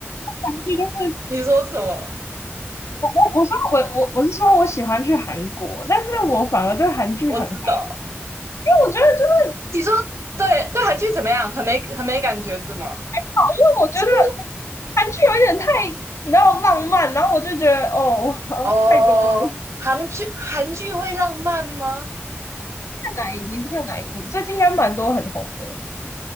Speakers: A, on the left (about 90°); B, on the right (about 85°).
A: 韩剧就是
B: 你说什么？
A: 我我我说我我我是说我喜欢去韩国，但是我反而对韩剧很烦，
B: 我知道，
A: 因为我觉得就是
B: 你说对对韩剧怎么样？很没很没感觉是吗？
A: 因为我觉得
B: 其实
A: 韩剧有一点太你知道浪漫，然后我就觉得哦 <laughs>
B: 我，哦，
A: 太多了。
B: 韩剧韩剧会浪漫吗？
A: 哪一你是看哪一部？最近应该蛮多很红的。